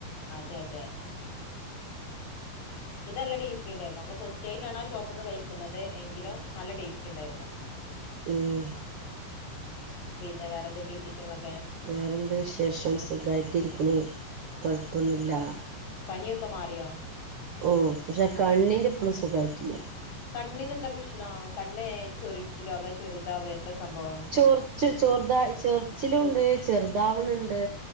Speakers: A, on the left; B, on the right.
A: അതെ അതെ ഇത് നല്ല ടേസ്റ്റ് ഉണ്ടായിരുന്നു നമ്മൾ ഫസ്റ്റ് ആയിട്ടാണ് ആ ഷോപ്പ് നിന്ന് കഴിക്കുന്നത് എങ്കിലും നല്ല ടേസ്റ്റ് ഉണ്ടായിരുന്നു. <inaudible>
B: ഉം
A: പിന്നെ വേറെ എന്തൊക്കെയ വിശേഷങ്ങളൊക്കെ
B: വേറെ എന്ത്‌ വിശേഷം സുഖമായിട്ടിരിക്കുന്നു കുഴപ്പമൊന്നുല്ല
A: നി ഒക്കെ മാറിയോ
B: ഓ പക്ഷെ കണ്ണിന്റെ ഇപ്പഴും സുഖായിട്ടില്ല
A: കണ്ണിനെന്താ പ്രശ്നം കണ്ണ് ചൊറിച്ചിലോ അതോ ചെറുതാവെ എന്താ സംഭവം
B: ചെറിച്ചിൽ ചെറുത ചെറിച്ചിലും ഉണ്ട് ചെറുതാവണ് ഉണ്ട്